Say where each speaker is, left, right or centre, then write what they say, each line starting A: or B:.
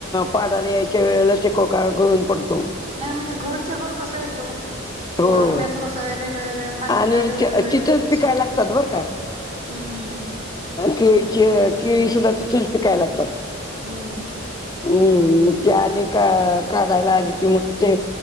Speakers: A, on the left; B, on the right.
A: पाडाला यायच्या वेळेला ते कोका गळून पडतो
B: नाही म्हणजे घडच्या घड कसा येतो बाक्की ते
A: हो
B: आंब्याचं कसं आहे वेगळ्या वेगळ्या फांदीला
A: आणि
B: वेगळं वेगळं येतं
A: तिथंच
B: तस
A: पिकायला लागतात बरं का
B: हम हा
A: केळीची केळी सुद्धा तिथूनच पिकायला लागतात
B: हम्म
A: हम्म मग ते आले का काढायला आले कि मग ते